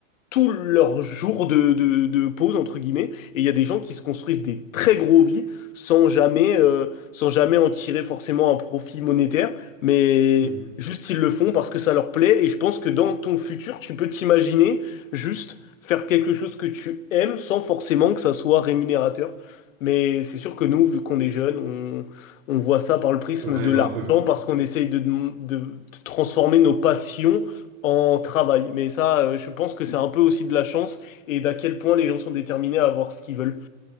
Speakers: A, on the left; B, on the right.
A: tous leurs jours de, de- de pause entre guillemets. Et il y a des gens qui se construisent des très gros hobbies sans jamais euh, sans jamais en tirer forcément un profit monétaire, mais
B: Hmm.
A: Juste, ils le font parce que ça leur plaît. Et je pense que dans ton futur, tu peux t'imaginer Juste faire quelque chose que tu aimes sans forcément que ça soit rémunérateur. Mais c'est sûr que nous, vu qu'on est jeunes, on, on voit ça par le prisme
B: On rêve
A: de l'argent
B: un peu.
A: parce qu'on essaye de, de- de transformer nos passions en travail. Mais ça, euh, je pense que c'est un peu aussi de la chance et d'à quel point les gens sont déterminés à avoir ce qu'ils veulent.